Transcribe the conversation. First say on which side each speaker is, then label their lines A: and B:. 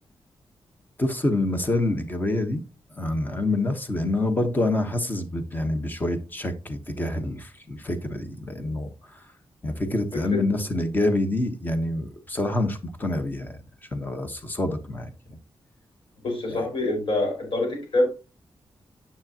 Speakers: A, on the left; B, on the left.
A: تفصل المسائل الإيجابية دي عن علم النفس لأن أنا برضو أنا حاسس ب- يعني بشوية شك تجاه الف- الفكرة دي لأنه يعني فكرة
B: فكرة
A: علم النفس الإيجابي دي يعني بصراحة أنا مش مقتنع بيها يعني عشان أبقى ص- صادق معاك يعني
B: بص يا صاحبي
A: إيه،
B: انت انت قريت الكتاب